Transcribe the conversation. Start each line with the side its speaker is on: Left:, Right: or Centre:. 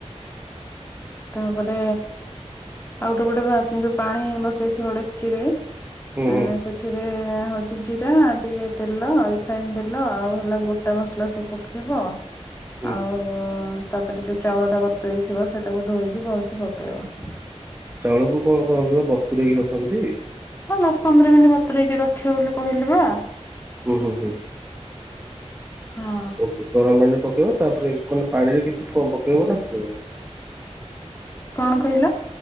Left: ତାପରେ ଆଉ ଗୋଟେ ପଟେ ଯୋଉ ପାଣି ବସେଇଥିବ ଡେକିଚିରେ।
Right: ହୁଁ ହୁଁ
Left: ଆଁ ସେତ ଏଥିରେ ହଉଛି ଜିରା ଟିକେ ତେଲ ରିଫାଇନ୍ ତେଲ ଆଉ ହେଲା ଗୋଟା ମସଲା ସବୁ ପକେଇବ।
Right: ହୁଁ
Left: ଆଉ ତାପରେ ଯୋଉ ଚାଉଳ ଟା ବତୁରେଇ ଥିବ ସେଟାକୁ ଧୋଇକି ଭଲସେ ପକେଇବ।
Right: ଚାଉଳକୁ କଣ କରନ୍ତି ବା ବତୁରେଇକି ରଖନ୍ତି।
Left: ହଁ ଦଶ ପନ୍ଦର ମିନିଟ୍ ବତୁରେଇକି ରଖିବ ବୋଲି କହିଲି ବା।
Right: ହୁଁ ହୁଁ ହୁଁ।
Left: ହଁ
Right: କୁହନ୍ତୁ ଗରମ ପାଣିରେ ପକେଇବ ତାପରେ ମାନେ ପାଣିରେ କିଛି ପ ପକେଇବ ନା ପକେଇବନି?
Left: କଣ କହିଲ?